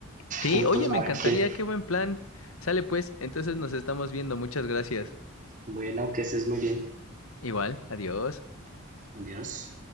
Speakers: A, on the left; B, on the right.
A: Sí,
B: Juntos
A: oye, me
B: a
A: encantaría,
B: ver quién.
A: qué buen plan. Sale pues, entonces nos estamos viendo. Muchas gracias.
B: Bueno, que estés muy bien.
A: Igual, adiós.
B: Adiós.